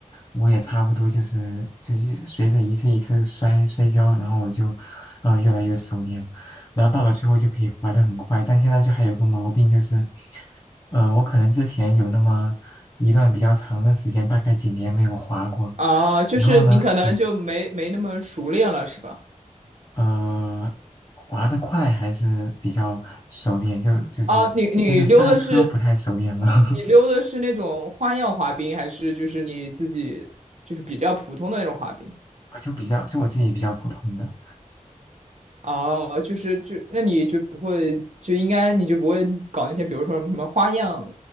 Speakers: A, on the left (about 30°); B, on the right (about 60°).
A: 我也差不多就是就是随着一次一次摔摔跤，然后我就，呃，越来越熟练，然后到了最后就可以滑得很快。但现在就还有个毛病就是，呃，我可能之前有那么一段比较长的时间，大概几年没有滑过，
B: 啊，就是你可能就没没那么熟练了，
A: 然后呢，对，
B: 是吧？
A: 呃，滑得快还是比较熟练，就就是，
B: 啊，你你溜的是
A: 但是刹车不太熟练了，<laughs>
B: 你溜的是那种花样滑冰，还是就是你自己就是比较普通的那种滑冰？
A: 我就比较就我自己比较普通的。
B: 哦，就是就那你就不会就应该你就不会搞那些，比如说什么什么花样，